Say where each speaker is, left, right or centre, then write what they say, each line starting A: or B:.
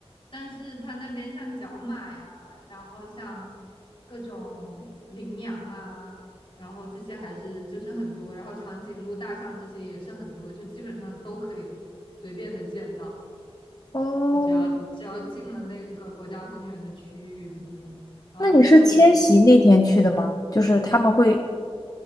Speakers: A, on the left (about 55°); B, on the left (about 35°).
A: 但是它那边像角马呀，然后像各种羚羊啊，然后这些还是就是很多，然后长颈鹿、大象这些也是很多，就基本上都可以随便的见到，
B: 哦，
A: 就只要只要进了那个国家公园的区域里面，然后还会有很多。
B: 那你是迁徙那天去的吗？就是他们会。